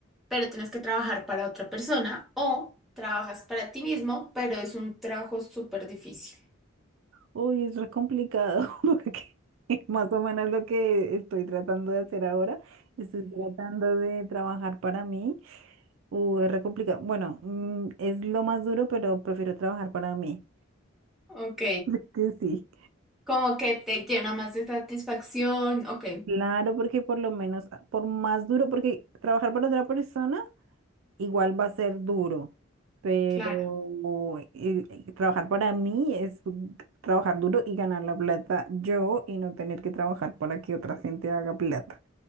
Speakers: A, in the centre; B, on the right (about 75°).
A: pero tienes que trabajar para otra persona? ¿O trabajas para ti mismo, pero es un trabajo súper difícil?
B: Uy, es re complicado <laughs> porque es más o menos lo que estoy tratando de hacer ahora. Estoy tratando de trabajar para mí. Uy, es re complicado. Bueno, mm, es lo más duro, pero prefiero trabajar para mí.
A: Ok,
B: <laughs> Es que sí.
A: como que te llena más de satisfacción. Ok,
B: Claro, porque por lo menos, ah, por más duro, porque trabajar para otra persona igual va a ser duro, pero
A: claro.
B: eh, eh, trabajar para mí es g- trabajar duro y ganar la plata yo y no tener que trabajar para que otra gente haga plata.